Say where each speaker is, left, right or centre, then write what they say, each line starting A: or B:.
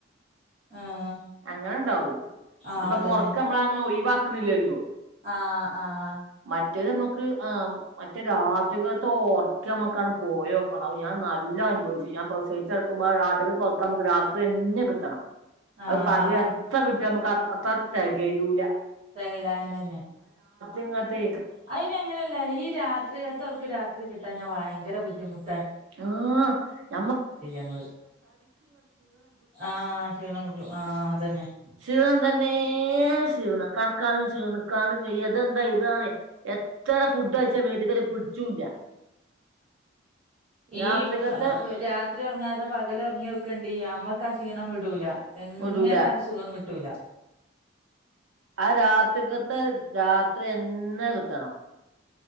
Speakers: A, on the right (about 30°); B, on the right (about 85°).
A: ആഹ്
B: അങ്ങനെണ്ടാവും
A: ആഹ്
B: ഇതിപ്പ
A: അതന്നെ
B: മുറക്ക് നമ്മള അങ്ങനെ ഒഴിവാക്കുന്നില്ലല്ലോ
A: ആഹ് ആഹ്
B: മാ മറ്റത്ത് നമ്മക്ക് ങ്ങേ മറ്റെ രാത്രികാല ഉറക്കം നമ്മക്ക് ങ്ങാട്ട് പോയിനോക്കണം ഞാൻ നല്ല അനുഭവിച്ച് ഞാൻ പ്രസവിച്ചിടക്കുമ്പ <unintelligible> രാത്രിതന്നെ കിട്ടണം
A: ആഹ്
B: പകെ എത്രകിട്ടിയ നമ്മ ആ തത്തകയൂല
A: സഹലന്നന്ന
B: ങ്ങത്തെ
A: അയിന് അങ്ങനെയല്ലേ ഈ രാത്രികത്തവർക്ക് രാത്രി കിട്ടാൻ ഞ ഭയങ്കര ബുദ്ധി <inaudible>
B: <unintelligible>
A: നമ്മള് ആഹ് ക്ഷീണം മുറ്റും ആഹ് അതന്നെ
B: ശിണം തന്നെ ശിണം കടക്കാവും ശിണം <inaudible> ഇതെന്താ ഇതാണ് തറഫുണ്ട് <unintelligible> മേ പിടിച്ചൂല്ല
A: ഈ
B: രാത്രിക്കത്തെ
A: രാത്രി ഉറങ്ങാതെ പകൽ ഉറങ്ങി ക്കണ്ട അമ്മ ക്ഷീണം വിടൂല എങ്ങനെ
B: വിടൂല
A: ആാലും സുഖം കിട്ടൂല
B: ആ രാത്രിക്കത്തെ രാത്രി എന്നന്നെ കിട്ടണം